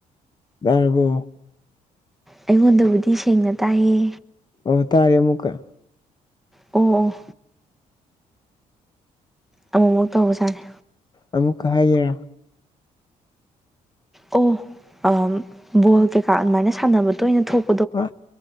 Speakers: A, on the left; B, in the centre.
A: ꯇꯥꯔꯕꯣ
B: ꯑꯩꯉꯣꯟꯗꯕꯨꯗꯤ ꯁꯦꯡꯅ ꯇꯥꯏꯌꯦ
A: ꯑꯣ ꯇꯥꯔꯦ ꯑꯃꯨꯛꯀ
B: ꯑꯣ ꯑꯣ ꯑꯃꯨꯛ ꯑꯃꯨꯛ ꯇꯧꯕ ꯁꯥꯥꯔꯦ
A: ꯑꯃꯨꯛꯀ ꯍꯥꯏꯌꯦ
B: ꯑꯣ ꯑꯝ ꯕꯣꯜ ꯀꯩꯀꯥ ꯑꯗꯨꯃꯥꯏꯅ ꯁꯥꯟꯅꯕ ꯇꯣꯏꯅ ꯊꯣꯛ
A: ꯑ